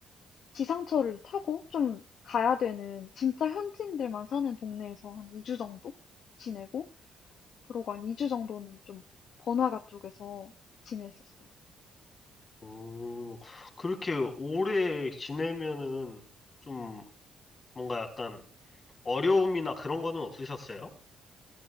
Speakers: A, on the left; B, on the left.
A: 지상철을 타고 좀 가야 되는 진짜 현지인들만 사는 동네에서 한 2주 정도 지내고 그러고 한 2주 정도는 좀 번화가 쪽에서 지냈었어요.
B: 오, 그렇게 오래 지내면은 좀 뭔가 약간 어려움이나 그런 거는 없으셨어요?